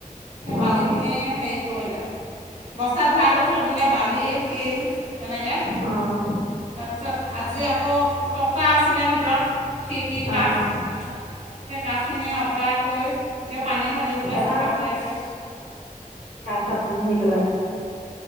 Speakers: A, on the right; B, on the left.
A: সেই
B: অঁ
A: বালিখিনিয় হেৰি বস্তাত ভৰাই কৰি থৈ দিলে বালি শিল তেনেকৈ
B: অঁ
A: তাৰপিছত আজি আকৌ টকটা আছিলে ভিতৰত। খিৰিকি,
B: অঁ
A: কাঠ সেই কাঠখিনি আঁতৰাই কৰি এতিয়া পানী ঢালিবলৈ
B: এটা
A: চাফা কৰি আছে।
B: চপ নি পেলাই